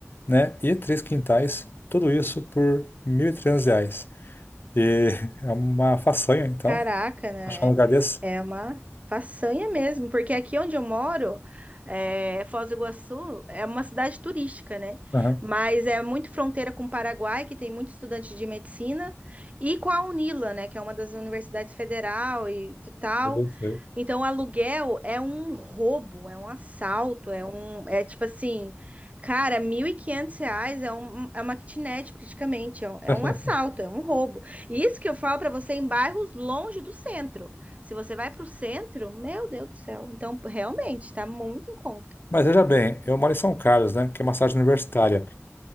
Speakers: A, on the left (about 45°); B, on the right (about 30°).
A: né? E três quintais, tudo isso por 1.300 reais. E <laughs> é uma façanha, então,
B: Caraca, né?
A: achar um lugar desse.
B: É, é uma façanha mesmo, porque aqui onde eu moro, é, Foz do Iguaçu é uma cidade turística, né?
A: Aham,
B: Mas é muito fronteira com o Paraguai, que tem muito estudante de medicina, e com a UNILA, né? Que é uma das universidades federal e tal.
A: eu sei.
B: Então, o aluguel é um roubo, é um assalto, é um, é tipo assim, cara, 1.500 reais é, um, é uma kitnet praticamente, é um, é
A: <laughs>
B: um assalto, é um roubo. Isso que eu falo para você em bairros longe do centro. Se você vai para o centro, meu Deus do céu. Então, realmente, tá muito em conta.
A: Mas veja bem, eu moro em São Carlos, né? Que é uma cidade universitária.